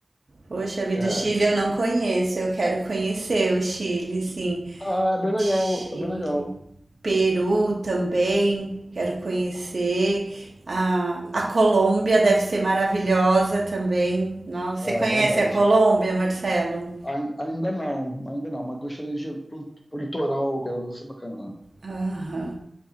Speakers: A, on the right; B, on the left.
A: Poxa vida,
B: É.
A: o Chile eu não conheço. Eu quero conhecer o Chile, sim.
B: Ah, é bem legal,
A: Chile.
B: é bem legal.
A: Peru também, quero conhecer. A, a Colômbia deve ser maravilhosa também. Nossa,
B: É
A: você conhece
B: verdade.
A: a Colômbia, Marcelo?
B: Ai- Ainda não, ainda não, mas gostaria de ir pro, pro litoral, que era deve ser bacana lá.
A: Aham.